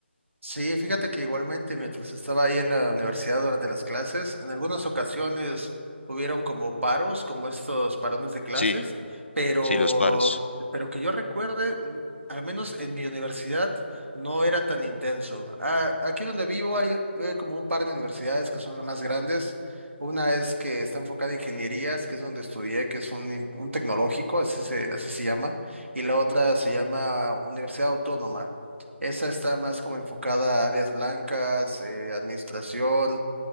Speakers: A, on the right; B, on the left.
A: Sí, fíjate que igualmente mientras estaba ahí en la universidad durante las clases, en algunas ocasiones hubieron como paros, como estos parones de clases,
B: Sí,
A: pero,
B: sí, los paros.
A: pero que yo recuerde, mm, al menos en mi universidad, no era tan intenso. Ah, aquí donde vivo hay eh, como un par de universidades que son las más grandes. Una es que está enfocada en ingenierías, que es donde estudié, que es un, un tecnológico, así se, así se llama, y la otra se llama Universidad Autónoma. Esa está más como enfocada a áreas blancas, eh, administración,